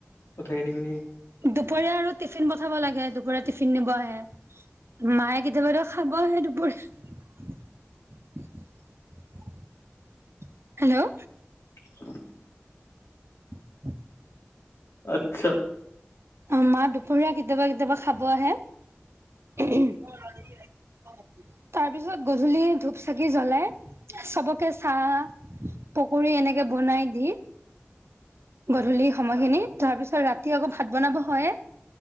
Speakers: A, on the left; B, on the right.
A: কথাখিনি শুনি
B: দুপৰীয়া আৰু তি টিফিন পঠাব লাগে দুপৰীয়া টিফিন নিব আহে মায়ে কেতিয়াবা ত খাব আহে দুপৰী হেল্ল'
A: <unintelligible>
B: <unintelligible>
A: আত্ছা
B: অ মা দুপৰীয়া কেতিয়াবা কেতিয়াবা খাব আহে উহুমম তাৰ পিছত গধূলি ধূপ চাকি জ্বলাই চবকে চাহ পকী এনেকে বনাই দি। গধূলি সময়খিনি তাৰপিছত ৰাতি আকৌ ভাত বনাব হয়ে